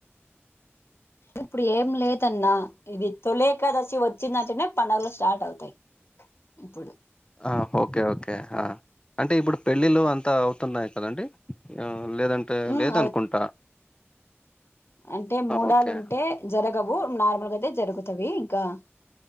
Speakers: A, on the left (about 65°); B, on the left (about 20°).
A: ఇప్పుడ్ ఏం లేదన్నా ఇది తొలేకాదశి వచ్చిందంటనే పండగలు స్టార్ట్ అవుతయ్ ఇప్పుడు
B: అ హొకే ఓకే అ అంటె ఇప్పుడు పెళ్ళిళ్ళు అంతా అవుతున్నాయ్ కదండి అ లేదంటె
A: ఉమ్
B: లేదన్కుంటా
A: అంటె మూడాల్
B: ఓకే.
A: ఉంటే జరగవు నార్మల్గ ఐతే జరుగుతవి ఇంకా